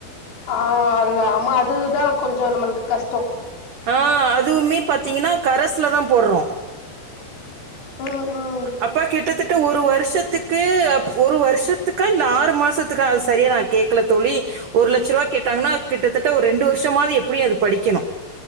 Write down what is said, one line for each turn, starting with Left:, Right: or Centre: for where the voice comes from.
Left: ஆ அல்லா ஆமா அதுதா கொஞ்சோ நம்மளுக்கு கஷ்டோ
Right: ஆ அதுமே பாத்தீங்கன்னா கரசுல தா போற்றோ
Left: ம் ம்
Right: அப்ப கிட்டத்தட்ட ஒரு வருஷத்துக்கு ஒரு வருஷத்துக்கா இல்ல ஆறு மாசத்துக்க அது சரியா நா கேக்கல தோழி ஒரு லட்சருவா கேட்டாங்கன்னா கிட்டத்தட்ட ஒரு ரெண்டு வருஷமாது எப்டியு அது படிக்கணு